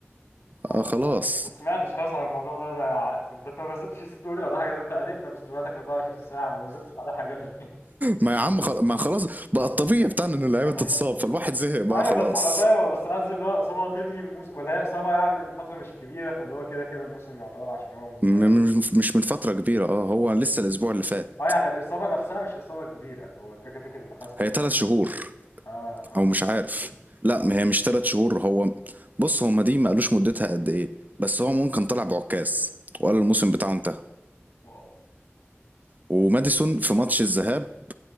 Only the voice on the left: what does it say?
آه.
آه. ما سمعتش خالص عن الموضوع ده ده ع- انت ده انت ما نزلتش ستوري ولا حاجه ده انت قرفنا بستورياتك 24 ساعه ما نزلتش على حاجه ليه؟
<laughs>
ايوه
بس انا فاهم بس قصدي اللي هو اصابه تنهي الموسم ولا هي اصابه يعني من فتره مش كبيره فاللي هو كده كده الموسم يعتبر عشان هو منتهي
اه يعني الإصابة نفسها مش إصابة كبيرة هو الفكرة فكرة إن خلاص كده
كده
اه اه
واو